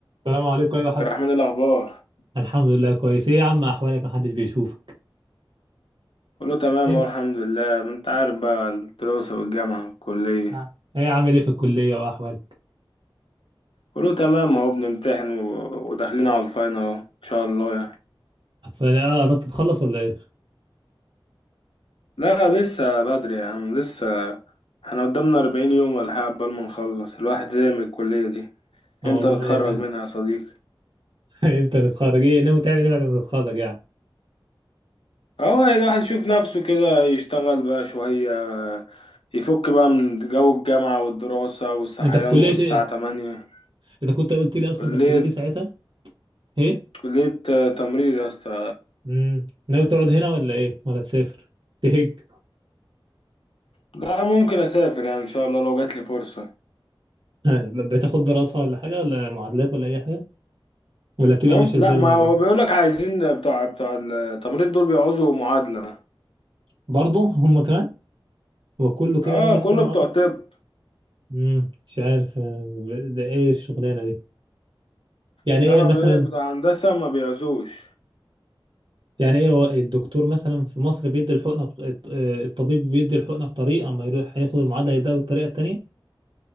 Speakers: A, on the right; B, on the left.
A: السلام عليكم ايوه حسن
B: الرحمن إيه الأخبار
A: الحمد لله كويس ايه يا عم احوالك محدش بيشوفك
B: كله تمام
A: ايه
B: أهو الحمد لله ما أنت عارف بقى الدراسة والجامعة والكلية
A: آه. ايه عامل ايه في الكليه واحوالك
B: كله تمام أهو بنمتحن و- وداخلين على الفاينل أهو إن شاء الله يعني
A: اصل اه قربت تتخلص ولا ايه
B: لا لسه بدري يا عم لسه احنا قدامنا أربعين يوم ولا حاجة قبل ما نخلص الواحد زي من الكلية دي
A: اه
B: إمتى
A: والله
B: نتخرج
A: إيه ده.
B: منها يا صديقي
A: <laughs> امتى نتخرج ايه ناوي تعمل ايه بعد ما تتخرج يعني
B: أهو يعني الواحد يشوف نفسه كده يشتغل بقى شوية يفك بقى من جو الجامعة والدراسة والصحيان
A: انت في كليه
B: والساعة
A: ايه
B: تمانية
A: انت كنت قلت لي اصلا
B: كلية
A: انت في كليه ايه ساعتها ايه
B: كلية تمريض يا اسطى
A: امم ناوي تقعد هنا ولا ايه ولا تسافر تهج
B: لا ممكن اسافر يعني ان شاء الله لو جات لي فرصه
A: <laughs> ب- بتاخد دراسه ولا حاجه ولا معادلات ولا اي حاجه ولا بتبقى
B: مم...
A: ماشيه
B: لا
A: ازاي
B: ما
A: الموضوع
B: هو بيقول لك عايزين بتوع بتوع التمريض دول بيعوزوا معادله
A: برضه هم كمان وكله كده
B: اه
A: محتاج
B: كله
A: معادله
B: بتوع طب
A: امم مش عارف آه، ده ايه الشغلانه دي يعني
B: انما
A: ايه مثلا
B: بيقول لك بتوع هندسه ما بيعوزوش
A: يعني ايه هو الدكتور مثلا في مصر بيدي الحقنه بط... الط- آه، الطبيب بيدي الحقنه بطريقه اما يروح هياخد المعادله يديها بالطريقه التانيه